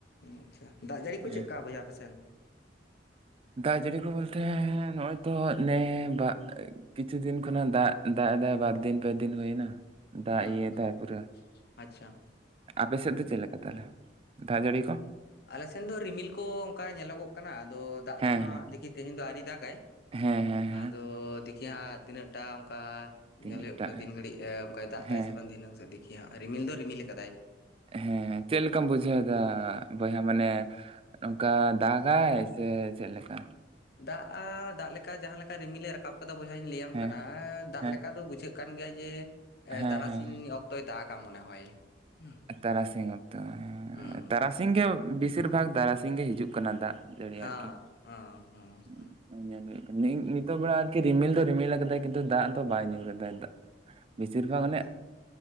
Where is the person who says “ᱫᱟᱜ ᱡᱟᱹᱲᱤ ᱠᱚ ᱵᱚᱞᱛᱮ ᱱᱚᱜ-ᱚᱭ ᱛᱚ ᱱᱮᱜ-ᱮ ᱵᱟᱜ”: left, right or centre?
Right